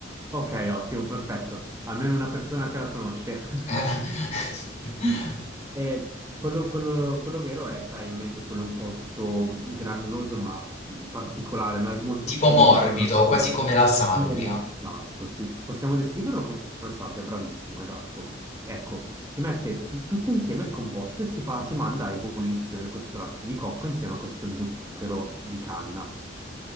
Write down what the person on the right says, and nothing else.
Ok, ottimo, perfetto. Almeno una persona che la conosce. <laughs>
Eh, quello, quello- quello vero è, sai, in mente quello un po' tutto granuloso ma particolare, no? È molto
fine,
sembra quasi...
Sì e no, esatto, sì. Possiamo descriverlo come sabbia, bravissimo, esatto. Ecco, si mette tu- tutto insieme il composto e si fa, si manda a ebollizione questo latte di cocco insieme a questo zucchero di canna.